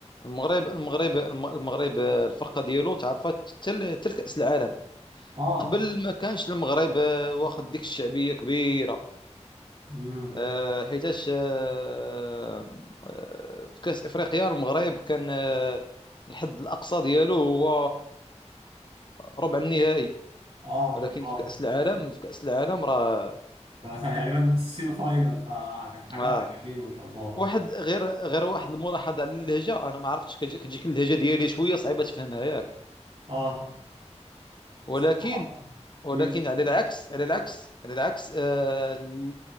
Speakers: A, on the left (about 40°); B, on the right (about 55°).
A: المغرب المغرب الم- المغرب آه، الفرقه ديالو تعرفت حتى ل- حتى لكاس العالم
B: اه
A: قبل ما كانش المغرب آه، واخد ديك الشعبيه كبيره
B: امم
A: آه، حيتاش آه، آه، في كأس إفريقيا المغرب كان آه، الحد الأقصى ديالو هو ربع النهائي
B: اه
A: ولكن
B: اه
A: في كأس العالم في كأس العالم راه
B: هو تقريبا السيمي فاينال فكانت حاجه
A: آه.
B: جميله ما شاء الله
A: واحد غير غير واحد الملاحظة على اللهجة أنا ما عرفتش كتجي- كتجيك اللهجة ديالي شوية صعيبة تفهمها ياك
B: اه
A: ولكن
B: صراحه
A: ولكن
B: امم
A: على العكس على العكس على العكس آه،